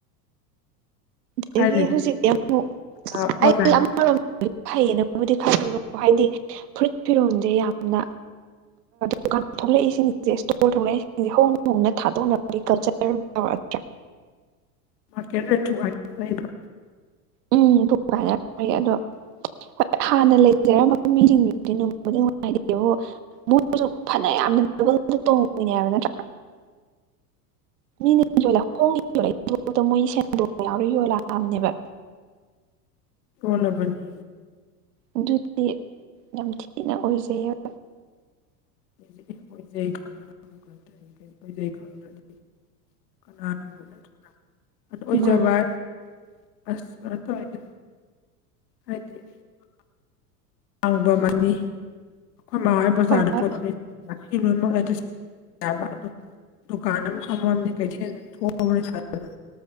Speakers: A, on the right; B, on the left.
A: ꯑꯗꯒꯤ
B: ꯀꯥꯏꯗꯒꯤ
A: ꯍꯧꯖꯤꯛꯇꯤ ꯑꯃꯨꯛ
B: ꯑ ꯑꯣꯟꯂꯥꯏꯟꯗ
A: ꯑꯩ ꯑꯃꯔꯣꯝ ꯐꯩꯌꯦꯅꯕꯨꯗꯤ ꯈꯜꯂꯦꯕꯀꯣ ꯍꯥꯏꯗꯤ ꯐꯨꯔꯤꯠ ꯐꯤꯔꯣꯜꯁꯦ ꯌꯥꯝꯅ ꯗꯨꯀꯥꯟ ꯊꯣꯛꯂꯛꯏ ꯁꯤꯡꯁꯦ ꯏꯁꯇꯣꯔ ꯊꯣꯛꯂꯛꯏ ꯍꯣꯡ ꯍꯣꯡꯅ ꯊꯥꯗꯣꯛꯅꯕꯒꯤ ꯀꯜꯆꯔ ꯇꯥꯎꯔꯛꯑꯗꯔꯥ
B: ꯃꯥꯔꯀꯦꯠ ꯔꯦꯠ ꯊꯨꯒꯥꯏꯅ ꯂꯩꯕ
A: ꯎꯝ ꯊꯨꯀꯥꯢꯅꯔꯦ ꯑꯗꯣ ꯍꯣꯏ ꯍꯥꯟꯅ ꯂꯩꯖꯔꯝꯝꯕ ꯃꯤꯁꯤꯡꯗꯨꯗꯤ ꯅꯨꯡꯕꯨꯗꯤ ꯅꯨꯡꯉꯥꯏꯇꯦꯕ ꯃꯣꯏꯁꯨ ꯐꯅ ꯌꯥꯝꯅ ꯗꯕꯜ ꯇꯣꯡꯉꯣꯏꯅꯦ ꯍꯥꯏꯕ ꯅꯠꯇ꯭ꯔꯥ ꯃꯤꯅ ꯌꯣꯂꯛꯕ ꯍꯣꯡꯉꯅ ꯌꯣꯟꯂꯛꯢꯁꯦ ꯃꯣꯏ ꯁꯦꯟꯗꯣꯡ ꯌꯥꯎꯔ ꯌꯣꯜꯂꯛꯑꯕꯅꯦꯕ
B: ꯌꯣꯜꯂꯕꯅꯤ
A: ꯑꯗꯨꯗꯤ ꯌꯥꯝ ꯊꯤꯅ ꯑꯣꯏꯖꯩ ꯍꯥꯢꯕ
B: ꯍꯧꯖꯤꯗꯤ ꯑꯣꯏꯖꯩ ꯈꯪꯉꯦꯅ ꯑꯃꯇꯥ ꯑꯣꯏꯖꯩ ꯈꯪꯗ꯭ꯔꯗꯤ ꯀꯅꯥꯅ ꯀ ꯑꯣꯏꯖꯚꯏ
A: ꯃꯥ
B: ꯑꯁ ꯈꯩꯅ ꯇ <inaudible> ꯍꯥꯢꯗꯤ ꯍꯥꯡꯕ ꯑꯃꯅꯤ <inaudible> ꯑꯩꯈꯣꯏ ꯃꯥꯍꯣꯏ ꯕꯖꯥꯔꯗ
A: ꯍꯣꯏ
B: ꯄꯣꯠ ꯂꯣꯏꯅꯃꯛ ꯌꯥꯕ ꯑꯗꯨ ꯗꯨꯀꯥꯟ ꯑꯃ ꯐꯝꯃꯕꯅꯦ ꯀꯩꯊꯦꯜꯗ ꯊꯣꯛꯑꯕ꯭ꯔꯅꯦ ꯁꯥꯗꯅ